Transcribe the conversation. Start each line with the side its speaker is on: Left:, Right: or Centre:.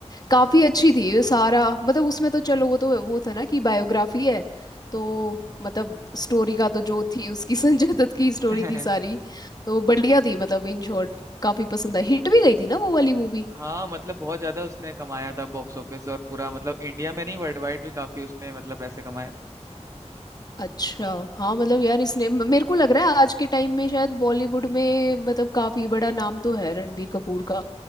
Left: काफी अच्छी थी ये सारा मतलब उसमें तो चलो वो तो वो था ना कि बायोग्राफी है तो मतलब स्टोरी का तो जो थी उसकी <laughs> संजय दत्त की स्टोरी
Right: <laughs>
Left: थी सारी तो बढ़िया थी मतलब इन शॉर्ट काफी पसंद आई हिट भी गई थी ना वो वाली मूवी
Right: हाँ मतलब बहुत ज्यादा उसने कमाया था बॉक्स ऑफिस और पूरा मतलब इंडिया में नहीं वर्ल्ड वाइड भी काफी उसने मतलब पैसे कमाए
Left: अच्छा हाँ मतलब यार इसने म- मेरे को लग रहा है आज के टाइम में शायद बॉलीवुड में मतलब काफी बड़ा नाम तो है रणबीर कपूर का